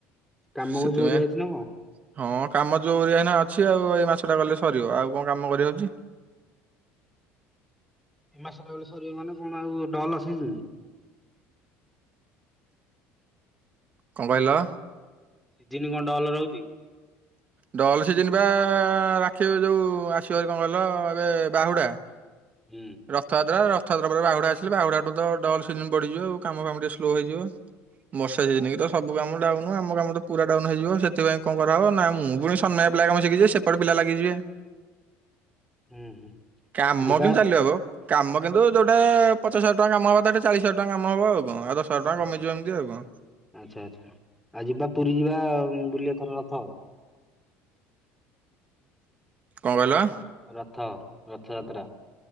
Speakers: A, in the centre; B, on the right.
A: କାମ
B: ସେଥିପାଇଁ
A: କ ଜୋଅରିଆ ଅଛି ନା କଣ?
B: ହଁ କାମ ଯୋଅରିଆ ଏଇନା ଅଛି ଆଉ ଏଇ ମାସଟା ଗଲେ ସରିବ ଆଉ କଣ କାମ କରିହଉଛି।
A: ଏ ମାସଟା ରେ ସରିବ ମାନେ କଣ ଆଉ ଡଲ୍ ସିଲ୍ଡ୍।
B: କଣ କହିଲ?
A: ସିଜିନ କଣ ଡ଼ଲ ରହୁଛି?
B: ଡଲ୍ ସିଜିନ୍ ପା ରାକ୍ଷୀ ଯୋଉ ଆସିବ ଭାରି କଣ କହିଲ ଏବେ ବାହୁଡ଼ା।
A: ହୁଁ।
B: ରଥଯାତ୍ରା ରଥଯାତ୍ରା ପରେ ବାହୁଡ଼ା ଆିଲେ ବାହୁଡ଼ାଠୁ ତ ଡଲ୍ ସିଲିନ୍ ପଡ଼ିଯିବ ଆ କାମ ଫାମ ଟିକେ ସ୍ଲୋ ହୋଇଯିବ ବର୍ଷା ସି <unintelligible>
A: ଆଉ
B: ସବୁ କାମ ଡାଉନ ଆମ କାମ ତ ପୁରା ଡାଉନ ହେଯିବ ସେଥିପାଇଁ କଣ କରହବ ନା ମୁଁ ପୁଣି ସମୟ ପିଲା କାମ ଶିଖିଛି ସେ ଏପଟ ପିଲା ଲାଗିଯିବେ
A: ହୁଁ ହୁଁ
B: କାମ
A: ଆଉ ଯିବା
B: କିନ୍ତୁ ବ କାମ କିନ୍ତୁ ଯୋଉଟା ପଚାଶ ହଜାର ଟଙ୍କା କାମ ହବା କଥା ଚାଳିଶ ହଜାର ଟଙ୍କା କାମ ହବ ଆଉ କଣ ଆଉ। ହଜାର ଟଙ୍କା
A: ଆଛା
B: କମିଯିବ ଏମିତି ଆଉ କଣ।
A: ଆଚ୍ଛା ଆଚ୍ଛା ଆଉ ଯିବା ପୁରୀ ଯିବା ବୁଲିବା ଏଥର ରଥ
B: କଣ କହିଲ?
A: ରଥ ରଥଯାତ୍ରା।